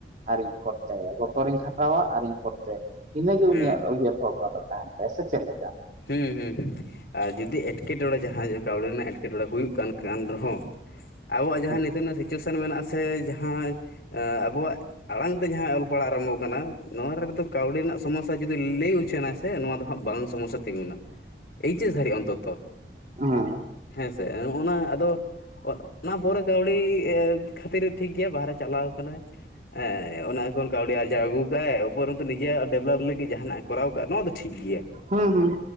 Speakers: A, on the right; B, on the left.
A: ᱟᱨᱤᱧ ᱠᱷᱨᱪᱟᱭᱟ ᱜᱚᱛᱚᱨᱤᱧ ᱠᱷᱟᱴᱟᱣᱟ ᱟᱨᱤᱧ ᱠᱷᱚᱨᱪᱟᱭᱟ ᱤᱱᱟᱹᱜ ᱜᱮ
B: ᱦᱩᱸ
A: ᱩᱱᱤᱭᱟᱜ ᱩᱭᱦᱟᱹᱨ ᱵᱷᱟᱵᱽᱱᱟ ᱫᱚ ᱛᱟᱦᱮᱱ ᱛᱟᱭᱟ᱾ ᱥᱮ ᱪᱮᱫ ᱞᱮᱠᱟ?
B: ᱦᱩᱸ ᱦᱩᱸ ᱦᱩᱸ ᱟᱨ ᱡᱩᱫᱤ ᱮᱴᱠᱮᱴᱚᱬᱮ ᱡᱟᱦᱟᱸ ᱠᱟᱹᱣᱰᱤ ᱨᱮᱱᱟᱜ ᱮᱴᱠᱮᱴᱚᱬᱮ ᱦᱩᱭᱩᱜ ᱠᱟᱱ ᱠᱟᱱ ᱨᱮᱦᱚᱸ ᱟᱵᱚᱣᱟᱜ ᱡᱟᱦᱟᱸ
A: ᱦᱮᱸ
B: ᱱᱤᱛᱳᱜ ᱨᱮᱱᱟᱜ ᱥᱤᱪᱩᱭᱮᱥᱚᱱ ᱢᱮᱱᱟᱜ ᱥᱮ ᱡᱟᱦᱟᱸ ᱟᱵᱚᱣᱟᱜ ᱟᱲᱟᱝ ᱛᱮ ᱡᱟᱦᱟᱸ ᱚᱞ ᱯᱟᱲᱦᱟᱣ ᱟᱨᱚᱢᱵᱚ ᱠᱟᱱᱟ ᱱᱚᱣᱟ ᱨᱮᱫᱚ ᱠᱟᱹᱣᱰᱤ ᱨᱮᱱᱟᱜ ᱥᱚᱢᱚᱥᱟ ᱡᱩᱫᱤ ᱞᱟᱹᱭ ᱩᱪᱷᱱᱟ ᱥᱮ ᱱᱚᱣᱟ ᱫᱚ ᱦᱟᱸᱜ ᱵᱟᱝ ᱥᱚᱢᱚᱥᱟ ᱛᱤᱸᱜᱩᱱᱟ ᱮᱭᱤᱪ ᱮᱥ ᱫᱷᱟᱹᱨᱤᱡ ᱚᱱᱛᱚ
A: ᱦᱮᱸ
B: ᱦᱮᱸ ᱥᱮ ᱱᱚᱜᱼᱱᱟ ᱟᱫᱚ ᱚᱱᱟ ᱯᱚᱨᱮ ᱠᱟᱹᱣᱰᱤ ᱠᱷᱟᱹᱛᱤᱨ ᱴᱷᱤᱠ ᱜᱮᱭᱟ ᱵᱟᱦᱨᱮᱭ ᱪᱟᱞᱟᱣ ᱠᱟᱱᱟᱭ ᱦᱮᱸ ᱚᱱᱟ ᱠᱷᱚᱱ ᱠᱟᱹᱣᱰᱤ ᱟᱨᱟᱣ ᱟᱹᱜᱩ ᱠᱟᱜᱟᱭ ᱩᱯᱚᱨᱚᱱᱚ ᱱᱤᱡᱮᱨᱟᱜ ᱰᱮᱵᱷᱞᱚᱯ ᱞᱟᱹᱜᱤᱫ ᱡᱟᱦᱟᱱᱟᱜ ᱮ ᱠᱚᱨᱟᱣ ᱟᱠᱟᱫ ᱱᱚᱣᱟ ᱫᱚ ᱴᱷᱤᱠ ᱜᱮᱭᱟ᱾
A: ᱦᱩᱸ ᱦᱩᱸ